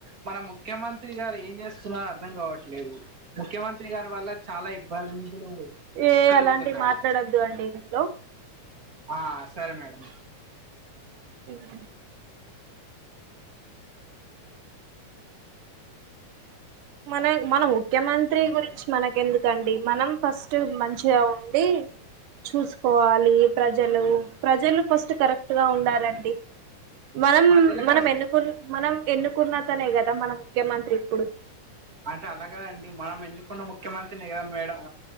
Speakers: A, on the right; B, on the right.
A: మన ముఖ్యమంత్రి గారు ఏం చేస్తున్నరో అర్థం కావట్లేదు ముఖ్యమంత్రి గారి వల్ల చాలా ఇబ్బందులు
B: ఏ
A: కలుగుతున్నాయి
B: అలాంటివి మాట్లాడొద్దు అండి ఇందులో
A: ఆ సరే మేడం
B: మ్మ్ మన మన ముఖ్యమంత్రి గురించి మనక ఎందుకండి మనం ఫస్ట్ మంచిగా ఉండి చూసుకోవాలి ప్రజలు ప్రజలు ఫస్ట్ కరెక్ట్గా ఉండాలండి మనం
A: ప్రజలకు
B: మనం
A: రె
B: ఎన్నుకున్న మనం ఎన్నుకున్నతనే కదా మనం ముఖ్యమంత్రి ఇప్పుడు
A: అంటే అలాగదండి మనం ఎన్నుకున్న ముఖ్యమంత్రిని కా మేడం